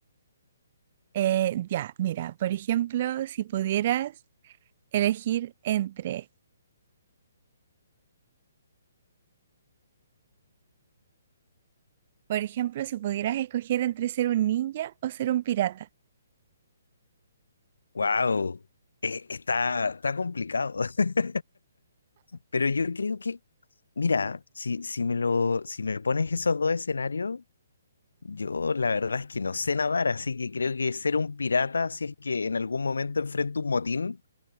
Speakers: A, on the right (about 45°); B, on the left (about 80°).
A: Eh, ya, mira, por ejemplo, si pudieras elegir entre, por ejemplo, si pudieras escoger entre ser un ninja o ser un pirata.
B: Wow, está, está complicado, <laughs> pero yo creo que, mira, si, si me lo, si me pones esos dos escenarios, yo la verdad es que no sé nadar, así que creo que ser un pirata, si es que en algún momento enfrento un motín,